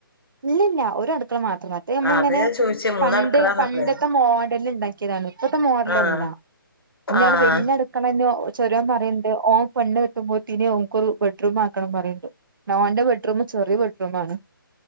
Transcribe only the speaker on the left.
ആഹ് അതാ ഞാൻ ചോദിച്ചേ മൂന്നടുക്കളാന്നപ്പളേ
ആഹ്
ആഹ്